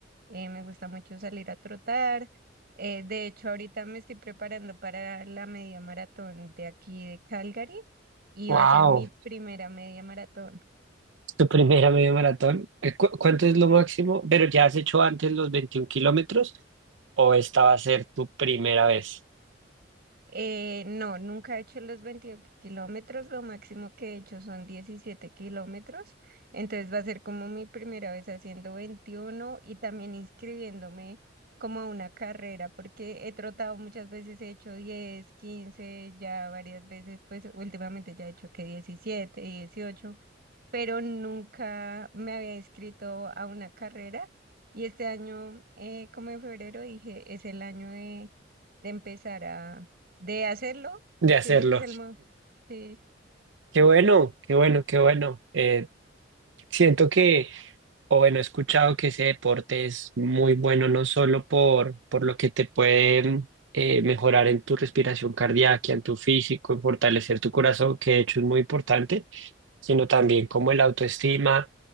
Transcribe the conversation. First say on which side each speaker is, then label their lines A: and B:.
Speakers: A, on the right; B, on the right.
A: Eh, me gusta mucho salir a trotar. Eh, de hecho, ahorita me estoy preparando para la media maratón de aquí de Calgary y
B: Wow,
A: va a ser mi primera media maratón.
B: tu primera media maratón. Eh, ¿cu- ¿Cuánto es lo máximo? ¿Pero ya has hecho antes los 21 kilómetros o esta va a ser tu primera vez
A: Eh, no, nunca he hecho los 22 kilómetros, lo máximo que he hecho son 17 kilómetros, entonces va a ser como mi primera vez haciendo 21 y también inscribiéndome como a una carrera, porque he trotado muchas veces, he hecho 10 15 ya varias veces, pues últimamente ya he hecho que 17, 18 pero nunca me había inscrito a una carrera y este año, eh, como en febrero, dije, es el año de, de empezar a, de hacerlo.
B: de hacerlo?
A: Siento que es el mo- sí.
B: Qué bueno, qué bueno, qué bueno. Eh, siento que O bueno, he escuchado que ese deporte es muy bueno no solo por, por lo que te puede eh, mejorar en tu respiración cardíaca, en tu físico, en fortalecer tu corazón, que de hecho es muy importante, sino también como el autoestima